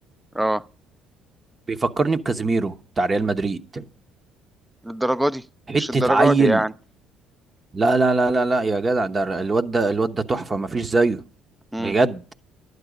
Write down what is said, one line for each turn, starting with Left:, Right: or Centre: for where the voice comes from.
Centre: اه
Right: بيفكرني بكازيميرو بتاع ريال مدريد
Centre: للدرجة دي
Right: حتة
Centre: مش الدرجة
Right: عيل
Centre: دي يعني
Right: لا لا لا لا لا يا جدع ده الواد ده الواد ده تحفة مفيش زيه
Centre: مم.
Right: بجد